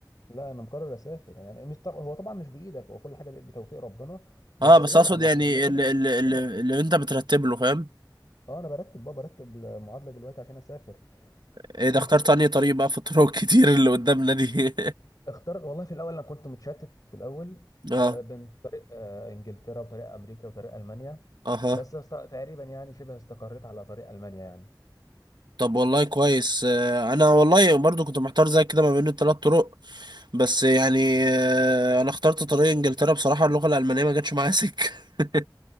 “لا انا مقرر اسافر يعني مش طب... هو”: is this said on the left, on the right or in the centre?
Left